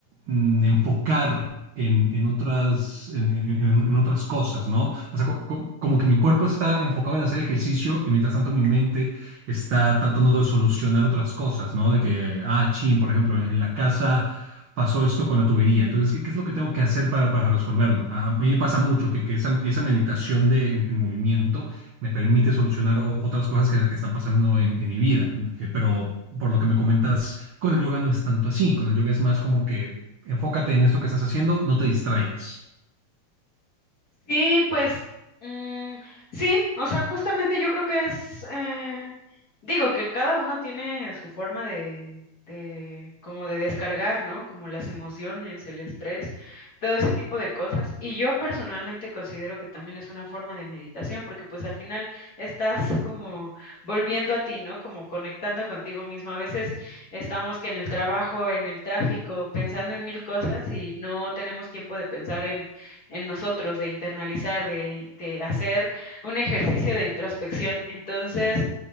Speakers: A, on the right; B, on the left.
A: mm, enfocar en, en otras, en, en- en- en otras cosas, ¿no? O sea, co- co- como que mi cuerpo está enfocado en hacer ejercicio y mientras tanto mi mente está tratando de solucionar otras cosas, ¿no? De que, ah, chin, por ejemplo, en, en la casa pasó esto con la tubería, entonces, ¿qué, qué es lo que tengo que hacer para, para resolverlo? A, a mí me pasa mucho que, que esa, esa meditación de, en en movimiento me permite solucionar o- otras cosas que están pasando en, en mi vida. Eh, pero por lo que me comentas, con el yoga no es tanto así. Con el yoga es más como que enfócate en esto que estás haciendo, no te distraigas.
B: Sí, pues mm, sí, o sea, justamente yo creo que es, eh, digo que cada uno tiene su forma de, de, como de descargar, ¿no? Como las emociones, el estrés, todo ese tipo de cosas. Y yo personalmente considero que también es una forma de meditación, porque pues al final estás como volviendo a ti, ¿no? Como conectando contigo mismo. A veces estamos que en el trabajo, en el tráfico, pensando en mil cosas y no tenemos tiempo de pensar en en nosotros, de internalizar, de, de hacer un ejercicio de introspección. Entonces,